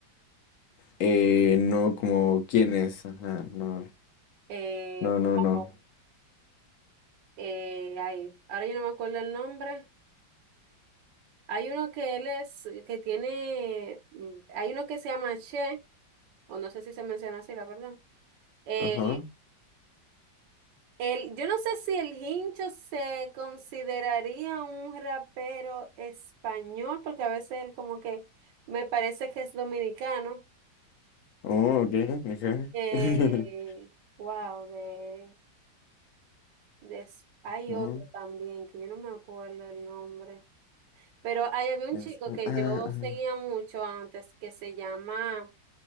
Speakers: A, on the left; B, on the right.
A: Eh, no, como quién es, ajá, no,
B: Eh,
A: no, no, no.
B: wow, eh, ay, ahora yo no me acuerdo el nombre. Hay uno que él es, que tiene, mm, hay uno que se llama Che, o no sé si se menciona así, la verdad. Eh,
A: Ajá.
B: el, yo no sé si el Hincho se consideraría un rapero español, porque a veces él como que me parece que es dominicano.
A: Oh, ok, ajá.
B: Eh,
A: <laughs>
B: wow, de, de es- hay
A: Mm,
B: otro también que yo no me acuerdo el nombre. Pero ahí había un
A: es-
B: chico que
A: Ah,
B: yo
A: ajá.
B: seguía mucho antes que se llama,